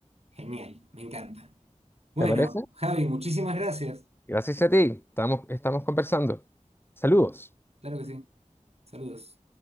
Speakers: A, on the right; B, on the left.
A: Genial, me encanta. Bueno,
B: ¿Te parece?
A: Javi, muchísimas gracias.
B: Gracias a ti. Estamos, estamos conversando. Saludos.
A: Claro que sí. Saludos.